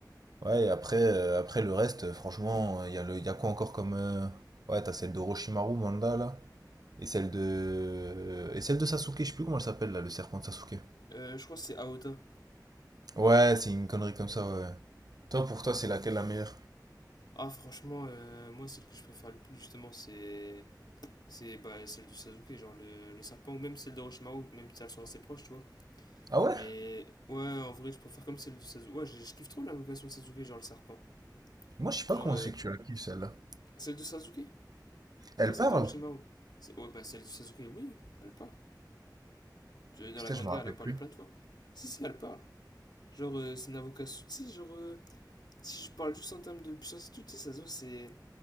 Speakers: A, on the right (about 60°); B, on the left (about 70°).
A: Ouais, et après, euh, après le reste, euh, franchement, il y a le, il y a quoi encore comme... euh, Ouais, t'as celle de Roshimaru, Manda, là, et celle de... Et celle de Sasuke, je sais plus comment elle s'appelle, là, le serpent de Sasuke.
B: Euh, je crois que c'est Aota.
A: Ouais, c'est une connerie comme ça, ouais. Toi, pour toi, c'est laquelle la meilleure?
B: Ah, franchement, euh, moi, celle que je préfère le plus, justement, c'est... C'est bah, celle de Sasuke, genre le, le serpent, ou même celle d'Orochimaru, même si elles sont assez proches, tu vois.
A: Ah ouais?
B: Mais ouais, en vrai, je préfère comme celle de Sasuke. Ouais, je, je kiffe trop l'invocation de Sasuke, genre le serpent.
A: Moi, je sais pas
B: Genre,
A: comment
B: euh,
A: c'est que tu la kiffes, celle-là.
B: celle de Sasuke,
A: Elle
B: pas celle
A: parle?
B: d'Orochimaru. C'est- Ouais, bah celle de Sasuke, oui, elle parle. Tu veux dans
A: Putain,
B: la Grande
A: je me
B: Guerre,
A: rappelle
B: elle a parlé
A: plus.
B: plein de fois. Si, si, elle parle. Genre, euh, c'est un avocat Souti, genre, euh, si je parle juste en termes de puissance et tout, tu sais, Sazo, c'est